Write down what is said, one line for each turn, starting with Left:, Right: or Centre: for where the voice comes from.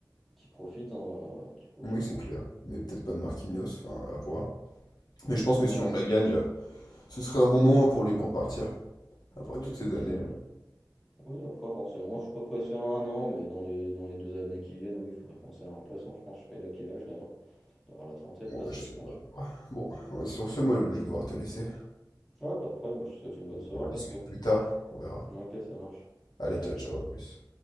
Centre: Qui profite, hein, qui profite
Left: Oui, c'est
Centre: franchement.
Left: clair, mais peut-être pas de Marquinhos, enfin, à voir. Mais je pense que si
Centre: Non, moi,
Left: on
Centre: c'est-
Left: la gagne, euh, ce serait un bon moment pour lui pour partir,
Centre: oui,
Left: après toutes
Centre: partir.
Left: ces années. euh,
Centre: Oui, Oui, après, forcément, je suis pas pressé à un an, mais dans les, dans les deux années qui viennent, oui, il faudrait penser à un remplaçant. Je pense, je sais pas, il a quel âge d'ailleurs. Il doit avoir la trentaine
Left: moi,
Centre: passée,
Left: je sais
Centre: je pense.
Left: pas. Ouais, Bon, ouais, sur ce, moi, je vais devoir te laisser.
Centre: Ouais, pas de problème, bah, je te souhaite une bonne soirée
Left: On en
Centre: en
Left: discute
Centre: tout cas.
Left: plus tard, on verra.
Centre: Ok, ça marche.
Left: Allez,
Centre: Allez,
Left: ciao, ciao,
Centre: ciao.
Left: à plus.